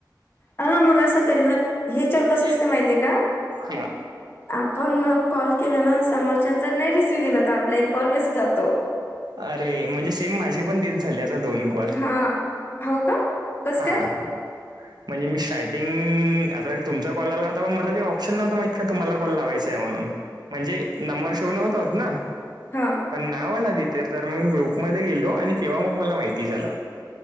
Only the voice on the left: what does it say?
हा मग असं करी ना हे चवर
कसं असते माहती आहेय का?
आपण कॉल केले ना समोरच्या जर नाही रिसीव्ह केलं तर आपला एक कॉल वेस्ट जातो.
हा हो का कस
काय?
हां.